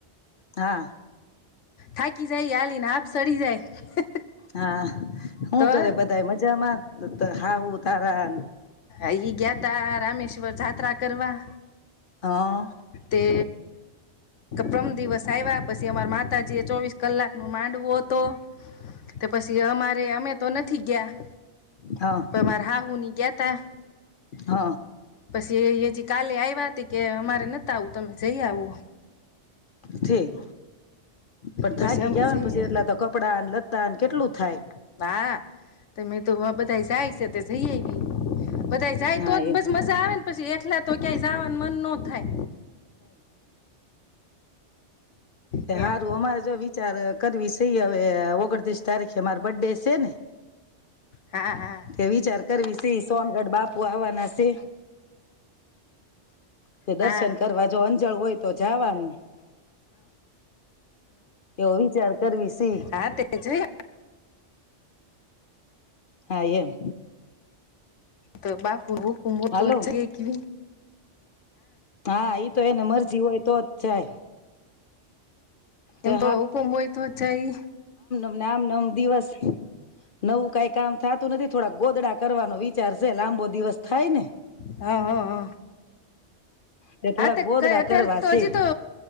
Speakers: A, on the left (about 50°); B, on the left (about 80°).
A: હા.
B: થાકી જાય, હલીને હાફ ચડી જાય,
A: હા હું
B: તો
A: કરે બધા મજામાં હા હું તારા
B: અહી ગયા, તો રામેશ્વર જાત્રા કરી. વાહ.
A: હ
B: તે. પ્રરમ દિવસ આવ્યા પછી અમાર માત માતાજી ચોવીસ કલાક નું માંડવો હતો. તો પછી અમારે, અમે તો નાથ થી ગયા
A: હ હ
B: પણ, મારે હાહું ની ગયા તા.
A: હ
B: પછી એ હજી કાલે આઇવા કે અમારે નત આવું, તમે જઈ આવો.
A: ઠીક, પણ
B: પછી
A: થાકી
B: અમે
A: ગયાને
B: જઈએ
A: પછી એટલા તો કપડા, ને લથા કેટલું થાય?
B: બા, તમે તો વો બધા જાય છે, તો જય આવી બધા જાય
A: હા
B: તોજ,
A: એ
B: બસ મજા આવે ને પછી એકલા તો ક્યાંય જવાનું મન ન થાય.
A: તે
B: એમ
A: હારું, અમારે જ જો વિચાર. કદ વિશય અવે ઓગણત્રીસ તારીખે માર બર્થડે છે ને,
B: હા હા
A: તે વિચાર કરવી સોનગઢ બાપુ આવવાના છે. તે દર્શન
B: હા
A: કરવા જો જવુ હોય તો જવાનું. એ વિચાર કરવીસે.
B: હા તે જઈ
A: હા એમ.
B: તો બાપુભુ કુમભુ
A: હાલો
B: તો છે કવી. <inaudible>
A: હા ઈ તો એને મરજી હોય તો જ જાય. તે
B: એમ તો હુકુંમ હોય તો જ જ એ.
A: નામ નામ દિવસ. નવ કઈ કામ થતું નથી. થોડા ગોદડા કરવાનો વિચાર છે લાંબો દિવસ થાય ને.
B: હા હા હા.
A: તે
B: હા
A: થોડાક ગોદડા
B: ક અત્યારે
A: કરવા
B: તો
A: છે
B: હજી તો.